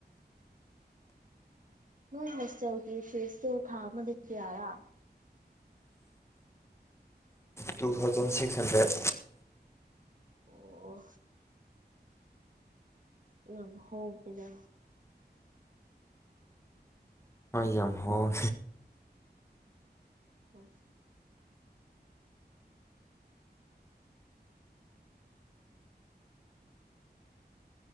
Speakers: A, on the right; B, on the left.
A: ꯅꯣꯏ ꯍꯣꯁꯇꯦꯜꯒꯤ ꯐꯤꯁꯇꯨ ꯊꯥ ꯑꯃꯗꯒꯤ ꯀꯌꯥꯔꯥ
B: ꯇꯨ ꯊꯥꯎꯖꯟ ꯁꯤꯛꯁ ꯍꯟꯗ꯭ꯔꯦꯠ
A: ꯑꯣ ꯑ ꯍꯥꯎ ꯀꯗ
B: ꯌꯥꯝ ꯍꯥꯎꯦ
A: ꯍꯣꯏ